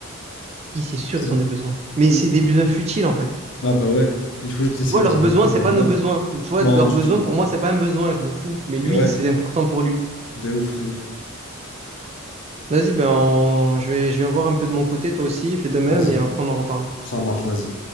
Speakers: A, on the right; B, on the left.
A: Si, c'est sûr,
B: C'est
A: ils
B: un
A: ont
B: peu-
A: des besoins. Mais
B: oui,
A: c'est
B: c'est
A: des
B: certain.
A: besoins futiles, en fait.
B: Ouais, bah ouais. Il faut juste essayer
A: Tu vois, leurs
B: d'y répondre
A: besoins, c'est
B: et
A: pas
B: voilà.
A: nos besoins. Tu vois,
B: Non,
A: leurs
B: du
A: besoins,
B: tout.
A: pour moi, c'est pas un besoin, je m'en fous. Mais lui,
B: Et ouais,
A: c'est important pour lui.
B: de ouf, de ouf.
A: Vas-y, ben, on- je vais, je vais voir un peu de mon côté, toi aussi, fais de même,
B: Vas-y,
A: et après, on en reparle.
B: ça marche, vas-y.